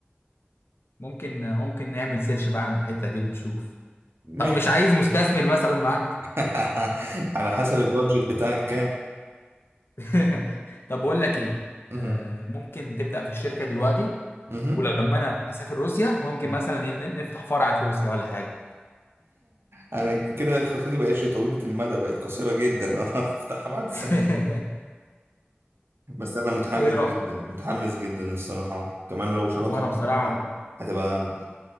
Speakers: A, on the left; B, on the right.
A: ممكن ممكن نعمل سيرش بقى عن الحتة دي ونشوف
B: ماشي
A: طب مش عايز مستثمر مثلا معاك
B: <laughs> على حسب البادجت بتاعك كام
A: <laughs> طب بقول لك ايه
B: مهم.
A: آه ممكن تبدأ في الشركة دلوقتي
B: مهم.
A: ولما انا اسافر روسيا ممكن
B: مهم.
A: مثلا إيه، نفتح فرع في روسيا ولا حاجة
B: انا كده خطتي بقتش طويله المدى بقت قصيره جدا <laughs> انا هفتحها بعد سنه
A: <laughs>
B: بس انا متحمس
A: ايه
B: جدا
A: رأيك
B: متحمس جدا الصراحه كمان لو شراكه
A: وانا
B: مع
A: بصراحة
B: حد هتبقى